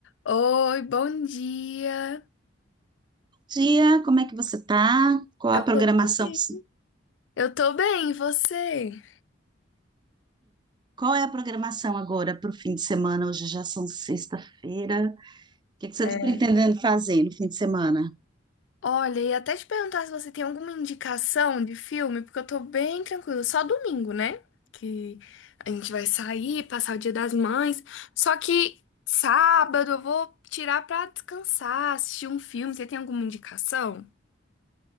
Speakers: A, on the left; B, on the right.
A: Oi, bom dia.
B: Dia, como é que você tá? Qual
A: Eu
B: a programação?
A: tô bem.
B: Sim.
A: Eu tô bem, e você?
B: Qual é a programação agora para o fim de semana? Hoje já são sexta-feira. O que que você
A: É.
B: está pretendendo fazer no fim de semana?
A: Olha, e até te perguntar se você tem alguma indicação de filme, porque eu tô bem tranquila. Só domingo, né? Que a gente vai sair, passar o Dia das Mães. Só que sábado eu vou tirar pra descansar, assistir um filme. Você tem alguma indicação?